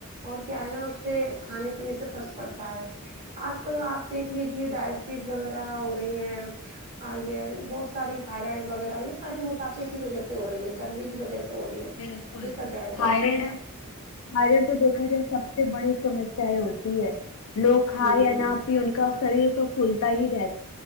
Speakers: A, on the right (about 30°); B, on the left (about 75°).
A: اور کیا ہے نا اس سے کھانے پینے سے فرق پڑتا ہے آج کل آپ دیکھ لیجیے ڈائبٹیز وغیرہ ہو رہی ہیں آ یہ بہت ساری تھائرائڈ وغیرہ یہ سارے موٹاپے کی وجہ سے ہو رہی ہیں چربی کی وجہ سے ہو رہی ہیں
B: بلکل
A: دیکھا جائے
B: تھائیریڈ
A: تو
B: تھائیرڈ تو دیکھا جائے سب سے بڑی سمسیا ہوتی ہے لوگ کھائے
A: جی
B: یا نہ ان کا شریر تو پھولتا ہی رہ